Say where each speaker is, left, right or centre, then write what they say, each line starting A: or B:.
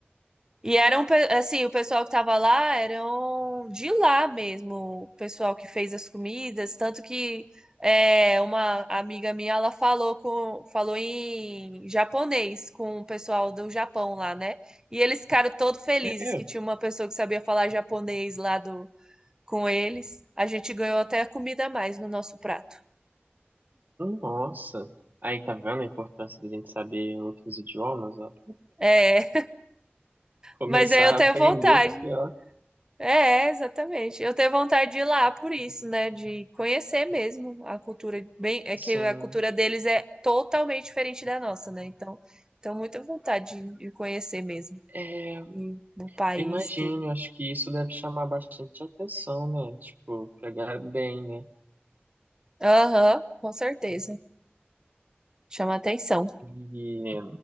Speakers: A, on the right; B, on the right.
A: E eram, pe- assim, o pessoal que tava lá eram de lá mesmo, o pessoal que fez as comidas. Tanto que é, uma amiga minha, ela falou, com, falou em japonês com o pessoal do Japão lá, né? E eles ficaram todos felizes
B: É,
A: que
B: é,
A: tinha uma pessoa que sabia falar japonês lá do, com eles. A gente ganhou até comida a mais no nosso prato.
B: nossa. Aí, tá vendo a importância da gente saber outros idiomas, ó?
A: É,
B: Começar
A: mas aí eu
B: a
A: tenho
B: aprender,
A: vontade.
B: porque, ó,
A: É, é, exatamente. Eu tenho vontade de ir lá por isso, né? De conhecer mesmo a cultura. Bem, é que
B: sim.
A: a cultura deles é totalmente diferente da nossa, né? Então, tenho muita vontade de, de conhecer mesmo.
B: é
A: E no país,
B: Imagino,
A: tudo.
B: acho que isso deve chamar bastante atenção, né? Tipo, pegar bem, né?
A: Aham, com certeza. Chama atenção.
B: E